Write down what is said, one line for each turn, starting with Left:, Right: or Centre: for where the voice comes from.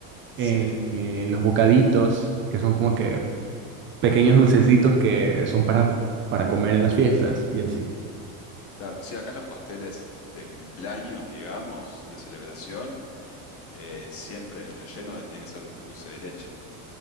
Left: sí,
Right: en, en los bocaditos, que son como que pequeños dulcecitos que son para, para comer en las fiestas y así.
Left: claro. Sí, acá los pasteles de cumpleaños, digamos, de celebración, eh, siempre el relleno de- tiene que ser dulce de leche.